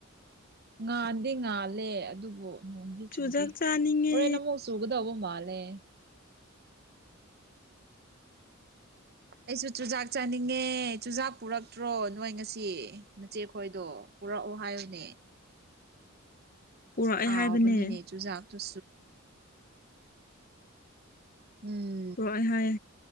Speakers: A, on the right (about 50°); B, on the left (about 45°).
A: ꯉꯥꯟꯥꯟꯗꯤ ꯉꯥꯜꯂꯦ ꯑꯗꯨꯕꯨ ꯅꯣꯡ
B: ꯆꯨꯖꯥꯛ
A: ꯆꯨꯗꯤ
B: ꯆꯥꯅꯤꯡꯉꯦ
A: ꯍꫭꯔꯦꯟ ꯑꯃꯨꯛ ꯆꯨꯒꯗꯧꯕ ꯃꯥꯜꯂꯦ
B: <inaudible>
A: ꯑꯩꯁꯨ ꯆꯨꯖꯥꯛ ꯆꯥꯅꯤꯡꯉꯦ ꯆꯨꯖꯥꯛ ꯄꯨꯔꯛꯇ꯭ꯔꯣ ꯅꯣꯏ ꯉꯁꯤ ꯅꯆꯦꯈꯣꯏꯗꯣ ꯄꯨꯔꯛꯑꯣ ꯍꯥꯏꯌꯨꯅꯦ
B: ꯄꯨꯔꯛꯑꯦ
A: ꯍꯥꯎꯕꯅꯤꯅꯦ
B: ꯍꯥꯏꯕꯅꯦ
A: ꯆꯨꯖꯥꯛ ꯇꯨꯁꯨ ꯎꯝ
B: ꯄꯔꯛꯑ ꯍꯥꯏ